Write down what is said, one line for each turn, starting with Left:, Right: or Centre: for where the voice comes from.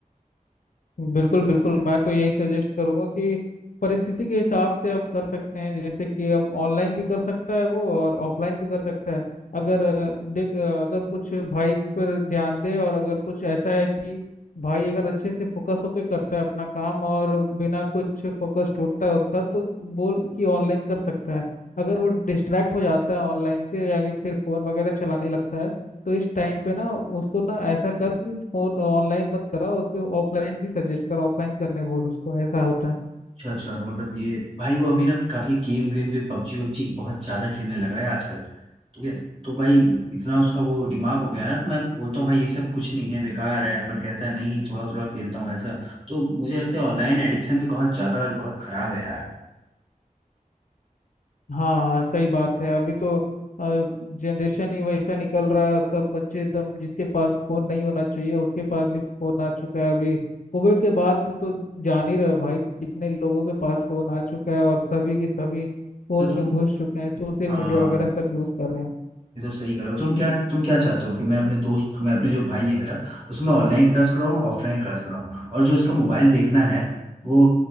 Left: बिल्कुल बिल्कुल मैं तो यही सजेस्ट करूंगा कि परिस्थिति के हिसाब से हम कर सकते हैं जैसे कि हम ऑनलाइन भी कर सकता है वो और ऑफलाइन भी कर सकता है अगर अ, देख अ, अगर कुछ भाई पर ध्यान दे और अगर कुछ ऐसा है कि भाई अगर अच्छे से फोकस होकर करता है अपना काम और बिना कुछ फोकस टूटता है उसका तो बोल कि ऑनलाइन कर सकता है अगर वो डिस्ट्रैक्ट हो जाता है ऑनलाइन से या कि फिर फोन वगैरह चलाने लगता है तो इस टाइम पे ना उसको ना ऐसा कर कि फोन ऑनलाइन मत करा उसके ऑफलाइन भी सजेस्ट कर ऑफलाइन करने बोल उसको ऐसा होता है
Right: अच्छा अच्छा तो मतलब ये भाई वो अभी ना काफी गेम वेम भी पबजी वबजी बहुत ज्यादा खेलने लगा है आजकल ठीक है तो भाई इतना उसका वो दिमाग हो गया है ना तो मैं बोलता हूँ भाई ये सब कुछ नहीं है बेकार है पर कहता है नहीं थोड़ा थोड़ा खेलता हूँ ऐसा तो मुझे लगता है ऑनलाइन एडिक्शन भी बहुत ज्यादा बहुत खराब है यार
Left: हाँ हाँ सही बात है अभी तो जनरेशन ही वैसा निकल रहा है सब बच्चे एकदम जिसके पास फोन नहीं होना चाहिए उसके पास भी फोन आ चुका है अभी कोविड के बाद से तो जान ही रहे हो भाई कि कितने लोगों के पास फोन आ चुका है और सभी के सभी फोन
Right: तो तुम
Left: में घुस चुके हैं सोशल
Right: हाँ
Left: मीडिया वगैरह सब यूज कर रहे हैं
Right: ये तो सही करो तुम क्या तुम क्या चाहते हो कि मैं अपने दोस्त मैं अपने जो भाई है मेरा उसमें ऑनलाइन क्लास कराऊँ ऑफलाइन क्लास कराऊँ और जो उसका मोबाइल देखना है वो